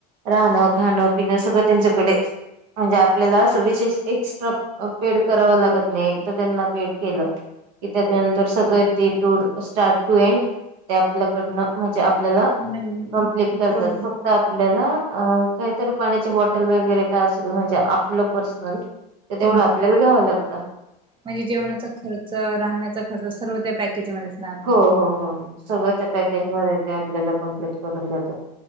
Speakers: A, on the right; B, on the right.
A: राहणं, खाणं, पिणं सगळं त्यांच्याकडे. म्हणजे आपल्याला असं विशेष एक्स्ट्रा अ पेड करावं लागत नाही, एकदा त्यांना पेड केलं. कि त्याच्यानंतर सगळे ते टूर, स्टार्ट टू एंड त्या आपल्याकडन म्हणजे आपल्याला
B: म्हण
A: कंप्लीट करतात.
B: प्रो हम्म
A: फ क्त आपल्याला अ- कायतर पाण्याचे बॉटल वगैरे काय असेल म्हणजे आपलं पर्सनल ते तेवढं
B: हम्म.
A: आपल्याला घ्याव लागत.
B: म्हणजे जेवणाचा खर्च, राहण्याचा खर्च सर्व त्या पॅकेजमध्येध्येच राहत.
A: हो हो हो सगळं त्या पॅकेज मध्ये ते आपल्याला कम्प्लीट करून देतात.